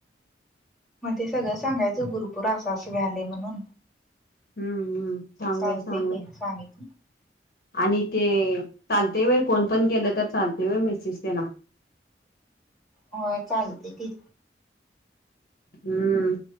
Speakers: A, in the centre; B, on the left.
A: मग ते सगळं सांगायचं ग्रुप वर असं असं व्हायलय म्हणून
B: हम्म हम्म सांगूया
A: चालतय
B: सांगूया
A: की सांगितलं
B: आणि ते चालते वय कोण पण केलं तर चालते वय मेसेज त्याला
A: होय चालते कि
B: हम्म